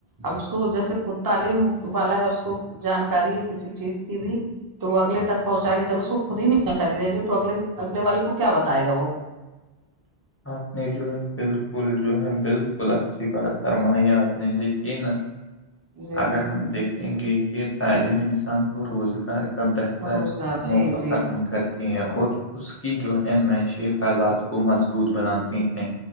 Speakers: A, on the right; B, on the left.
A: اب اس کو جیسے خود تعلیم والا ہے اس کو جانکاری ہے کسی چیز کی بھی تو وہ اگل تک پہنچائے گا جب اس وہ خود ہی نہیں جانکاری رہے گی تو اگلے اگلے والے کو کیا بتائے گا وہ
B: آپ نے جو ہے بالکل جو ہے بالکل اچھی بات فرمائی آپ نے دیکھی نا
A: جی
B: اگر ہم دیکھ گے کہ تعلیم انسان کو روزگار کا بہتر
A: روزگار جی
B: موقع
A: جی
B: فراہم کر ہیں اور اس کی جو ہے معیشی حالات کو مضبوط بناتی ہیں